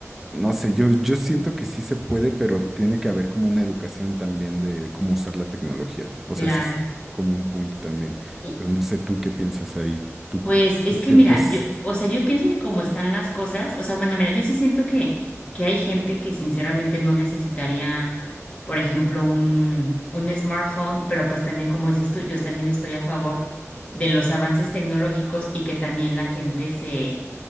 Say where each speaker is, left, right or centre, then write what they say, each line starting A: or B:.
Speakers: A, in the centre; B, on the left.
A: no sé, yo, yo siento que sí se puede, pero tiene que haber como una educación también de cómo usar la tecnología. O
B: claro.
A: sea, ese es como un punto también.
B: Y-
A: Pero no sé tú qué piensas ahí. ¿Tú,
B: Pues es
A: tú sientes?
B: que mira, yo, o sea, yo pienso que como están las cosas, o sea, bueno, mira, yo sí siento que, que hay gente que sinceramente no necesitaría, por ejemplo, un, un smartphone, pero pues también como dices tú, yo también estoy a favor de los avances tecnológicos y que también la gente se